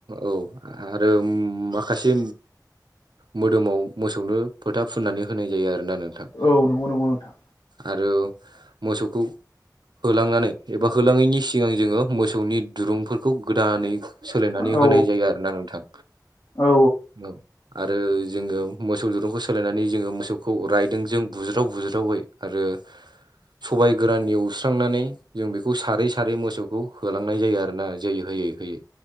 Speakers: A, on the right; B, on the left.
A: औ आरो माखासे मोदोमाव मोसौनो फोथा फुननानै होनाय जायो आरोना नोंथां
B: औ नंगौ नंगौ नोंथां
A: आरो मोसौखौ होलांनानै एबा होलाङैनि सिगां जोङो मोसौनि दुरुंफोरखौ खौ गोदानै सोलायनानै
B: औ
A: होनाय जायो आरो नोंथां
B: औ
A: औ आरो जोो मोसौ दुरुंखौ स जोङो मोसौखौ रायदों जों बुज्राव बुज्रावै आरो सबायाइ गोराननि एवस्रांनानै जों बेखौ सारै सारै मोसौखौ होलांनाय जायो आरो ना जै होयै होयै